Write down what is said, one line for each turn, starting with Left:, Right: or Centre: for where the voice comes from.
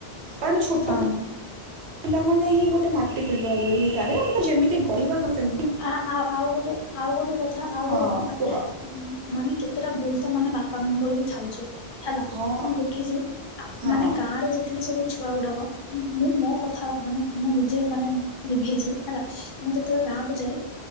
Right: କଣ ଛୋଟ
Left: ହଁ ହଁ।
Right: ପିଲାମାନେେ ହିଁ ଗୋଟେ ମାଟି ପେଣ୍ଡୋଳ ଭଳୀ ହେଇଥିତି ଅମେ ତାକୁ ଯେମିତି ଗଡିବା ସିଏ ସେ
Left: ଆ ଆଉ ଆଉ ଗୋଟେ ଆଉ ଗୋଟେ କଥା ଆଉ
Right: ହଁ
Left: ଗୋଟେ କଥା
Right: କୁହ
Left: ମୁ ମାନେ କେତେଟା ଭୁଲ ତ ମାନେ ବାପା ମାଙ୍କର ବି ଥାାଉଛିେ ହେଲା
Right: ହଁ
Left: ମୁଁ ଦେଖିଛି
Right: ହଁ
Left: ମାନେ ଗାଁ ରେ ଯେତିକି ସବୁ ଛୁଆ ଗୁଡାକ ମୁଁ ମୋ କଥା ମାନେ ମୁଁ ନିଜେ ମାନେ ନିଭେଇଛି ହେଲା ମୁଁ ଯେତେବେଳେ ଗାଁ ଯେ